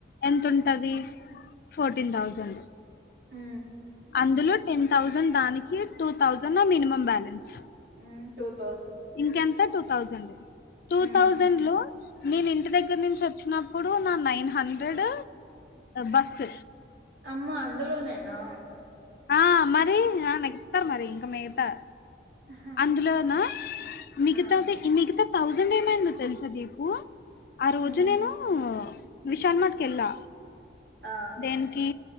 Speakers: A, on the left (about 50°); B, on the right (about 70°).
A: ఎంతుంటది ఫోర్టీన్ థౌజండ్
B: మ్
A: అందులో టెన్ థౌసండ్ దానికి టూ థౌసండ్ మినిమం బ్యాలెన్స్
B: మ్ టూత్
A: ఇంకెంత టూ థౌజండ్ టూ
B: ఉమ్
A: థౌజండ్లో నేన్ ఇంటి దగ్గర్నుంచి వచ్చినప్పుడు నా నైన్ హండ్రెడ్ బస్
B: అమ్మ అందులోనేనా
A: ఆ మరీ ఆ నాకిత్తారు మరీ మిగతా
B: ఆహా
A: అందులోనా మిగతాది
B: ఆ
A: మిగితా థౌజండ్ ఏమైందో తెల్సా దీపు ఆ రోజు
B: ఉమ్
A: నేనూ విశాల్ మార్ట్ కెల్లా
B: ఆ
A: దేనికి